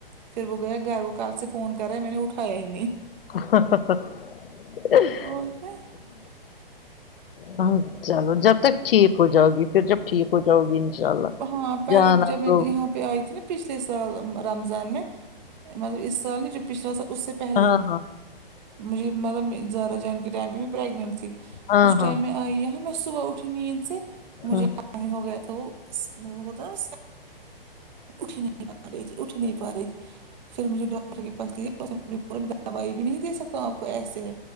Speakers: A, on the right (about 50°); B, on the left (about 70°).
A: پھر وہ گیا گھر وہ کل سے فون کر رہا ہے میں نے اٹھایا ہی نہیں
B: ہ
A: اور کیا
B: ہاں چلو جب تک ٹھیک ہو جاؤ گی پھر جب ٹھیک ہو جاؤ گی ان شاء اللہ
A: ہاں پہلے
B: جان
A: جب
B: آپگ
A: میں یہاں پہ آئی تھی نا پچھلے سال رمضان میں مطلب اس سال نے جو پچھلا سال اس سے پہلے
B: ہاں ہاں
A: مجھے مطلب زیادہ جان کے ٹائم پہ میں پریگنٹ تھی
B: ہاں
A: اس ٹائم
B: ہاں
A: میں آئیاں میں صبح اٹھی نیند سے مجھے
B: ہاں
A: ہو گیا تھا وہ ہوتا ناس اٹھی نہیں پا رہی تھی اٹھی نہیں پا رہی تھی پھر مجھے ڈاکٹر کے پاس لیا دوائی بھی نہیں دے سکتا ہوں آپ کو ایسے ہے